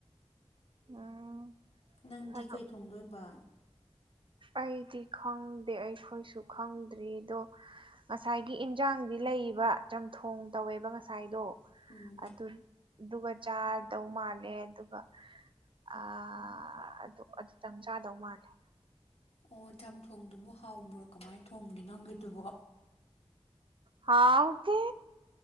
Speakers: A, on the right (about 50°); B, on the left (about 65°).
A: ꯎꯝ
B: ꯅꯪꯗꯤ
A: ꯍꯥꯏꯔꯛꯑꯣ
B: ꯀꯩ ꯊꯣꯡꯗꯣꯏꯕ
A: ꯑꯩꯗꯤ ꯈꯪꯗꯦ ꯑꯩꯈꯣꯏꯁꯨ ꯈꯪꯗ꯭ꯔꯤꯗꯣ ꯉꯁꯥꯏꯒꯤ ꯏꯟꯖꯥꯡꯗꯤ ꯂꯩꯕ ꯆꯝꯊꯣꯡ ꯇꯧꯋꯦꯕ ꯉꯁꯥꯏꯗꯣ
B: ꯎꯝ
A: ꯑꯗꯨ ꯑꯗꯨꯒ ꯆꯥꯗꯧ ꯃꯥꯜꯂꯦ ꯑꯗꯨꯒ ꯑꯥ ꯑꯗꯨ ꯑꯗꯨꯇꯪ ꯆꯥꯗꯧ ꯃꯥꯜꯂꯦ
B: ꯑꯣ ꯆꯝꯊꯣꯡꯗꯨꯕꯨ ꯍꯥꯎꯕ꯭ꯔꯣ ꯀꯃꯥꯏꯅ ꯊꯣꯡꯒꯦ ꯅꯪꯒꯤꯗꯨꯕꯣ
A: ꯍꯥꯎ ꯇꯦ